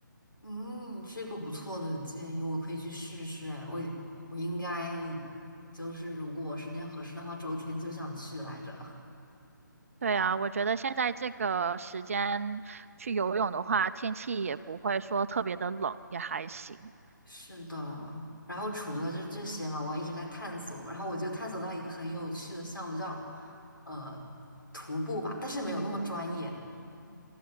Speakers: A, on the left; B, on the right.
A: 嗯，这个不错的建议，我可以去试试。哎，我我应该就是如果时间合适的话，周天就想去来着。
B: 对啊，我觉得现在这个时间去游泳的话，天气也不会说特别的冷，也还行。
A: <laughs> 是的，然后除了这这些嘛，我还一直在探索，然后我就探索到一个很有趣的项目叫呃徒步吧，但是没有那么专业。